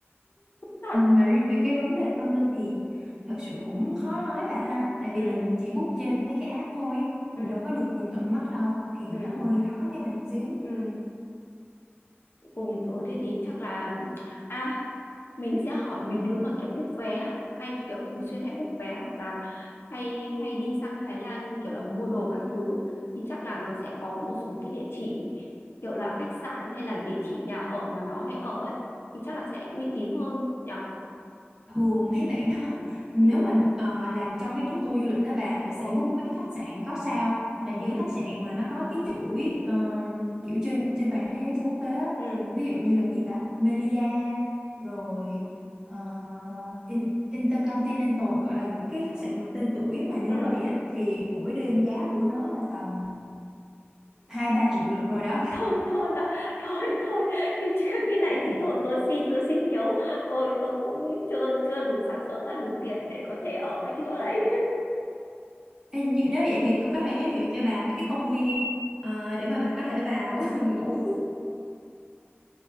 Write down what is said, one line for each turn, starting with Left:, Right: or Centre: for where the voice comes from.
Left: thật
Right: mà riêng về cái vấn đề tâm linh thì thật sự cũng khó nói bà ha tại vì
Left: ừ
Right: mình chỉ book trên mấy cái app thôi mình
Left: ừ
Right: đâu có được nhìn tận mắt đâu thì
Left: ừ
Right: nó hơi khó cho mình xíu
Left: ừ Ừ, ừ thế thì chắc là à mình sẽ hỏi mấy đứa mà kiểu book vé hay kiểu thường xuyên hay book vé hoặc là hay hay đi sang Thái Lan kiểu là mua đồ các thứ thì chắc là nó sẽ có một số cái địa chỉ kiểu là khách sạn hay là địa chỉ nhà ở mà nó hay ở ấy thì chắc là sẽ uy tín hơn nhở
Right: thường mấy bạn đó nếu
Left: ừ
Right: mà ờ, làm trong mấy cái tour du lịch đó bà là sẽ
Left: ừ
Right: book mấy cái khách sạn có sao là những
Left: ừ
Right: cái khách sạn mà nó có cái chuỗi ờ, kiểu trên trên toàn thế giới trên quốc tế á.
Left: ừ
Right: ví dụ như là cái gì ta Melia rồi ờ, In- Intercontinental gọi là những cái khách sạn mà tên tuổi mà nếu
Left: ừ
Right: vậy á thì mỗi đêm giá của nó là tầm hai ba triệu lận rồi đó
Left: thôi thôi bà <laughs> thôi thôi cái cái này thì thôi tôi xin tôi xin kiếu tôi tôi cũng chưa chưa đủ sản xuất ra đủ tiền để có thể ở với cái chỗ đấy
Right: Ê, nhưng nếu vậy thì tôi có thể giới thiệu cho bà mấy cái công viên ờ, để mà bà có thể vào <laughs> ngủ